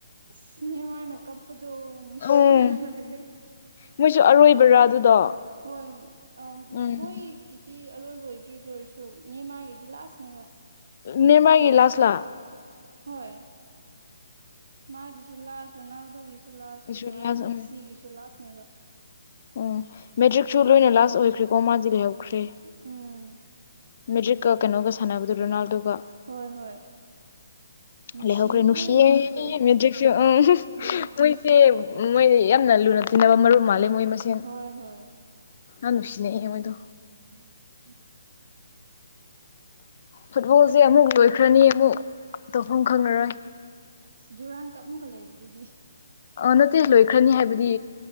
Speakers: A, on the right; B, on the left.
A: ꯑꯁ ꯅꯤꯃꯥꯔꯅ ꯀꯞꯗꯨ ꯅꯨꯡꯁꯤꯕꯅ
B: ꯎꯝ
A: ꯂꫭꯏꯔꯦ
B: ꯃꯣꯏꯁꯨ ꯑꯔꯣꯏꯕꯔꯥ ꯑꯗꯨꯗꯣ
A: ꯍꯣꯏ ꯑ
B: ꯎꯝ
A: ꯃꯣꯏꯒꯤ ꯇꯤ ꯑꯔꯣꯏꯕ ꯑꯣꯏꯗ꯭ꯔꯤ ꯗꯨꯑꯣꯏꯔꯁꯨ ꯅꯦꯃꯥꯔꯒꯤꯗꯤ ꯂꯥꯁꯅꯦꯕ
B: ꯅꯦꯃꯥꯔꯒꯤ ꯂꯥꯁꯂ
A: ꯍꯣꯏ ꯃꯥꯒꯤꯁꯨ ꯂꯥꯁ ꯔꯨꯅꯥꯜꯗꯧꯒꯤꯁꯨ ꯂꯥꯁ ꯑꯗꯨꯒ
B: ꯏꯁꯨꯔ ꯂꯥꯁ
A: ꯃꯦꯁꯤꯒꯤꯁꯨ ꯂꯥꯁꯅꯦꯕ
B: ꯑꯣ ꯃꯦꯇ꯭ꯔꯤꯛꯁꯨ ꯂꯣꯏꯅ ꯂꯥꯁ ꯑꯣꯏꯈ꯭ꯔꯦꯀꯣ ꯃꯥꯗꯤ ꯂꯩꯍꯧꯈ꯭ꯔꯦ
A: ꯎꯝ
B: ꯃꯦꯗ꯭ꯔꯤꯛꯀ ꯀꯩꯅꯣꯒ ꯁꯥꯟꯅꯕꯗꯨ ꯔꯣꯅꯥꯜꯗꯨꯣꯒ
A: ꯍꯣꯏ ꯍꯣꯏ ꯅꯨꯡꯁꯤꯕꯅꯦꯍꯦ
B: ꯂꯩꯍꯧꯈ꯭ꯔꯦ ꯅꯨꯡꯁꯤꯌꯦ
A: ꯃꯥꯁꯨ
B: ꯃꯦꯠꯇ꯭ꯔꯤꯛꯁꯨ ꯑꯪ
A: ꯎꯝ
B: ꯃꯣꯏ ꯁꯦ ꯃꯣꯏꯅ ꯌꯥꯝꯅ ꯂꯨꯅ ꯇꯤꯟꯅꯕ ꯃꯔꯨꯞ ꯃꯥꯜꯂꯦ ꯃꯣꯏ ꯃꯁꯦ
A: ꯍꯣꯏ ꯍꯣꯏ
B: ꯌꯥꯝꯥꯟ ꯅꯨꯡꯁꯤꯅꯦꯍꯦ ꯃꯣꯏꯗꯣ
A: <inaudible>
B: ꯐꯨꯠꯕꯣꯜꯁꯦ ꯑꯃꯨꯛ ꯂꯣꯏꯈ꯭ꯔꯅꯤ ꯑꯃꯨꯛ ꯇꯧꯐꯝ ꯈꯪꯉꯔꯣꯏ
A: ꯗꯨꯔꯥꯟ ꯀꯞ ꯑꯃꯨꯀ ꯂꯩꯕꯗꯨꯗꯤ
B: ꯑ ꯅꯠꯇꯦ ꯂꯣꯏꯈ꯭ꯔꯅꯤ ꯍꯥꯏꯕꯗꯤ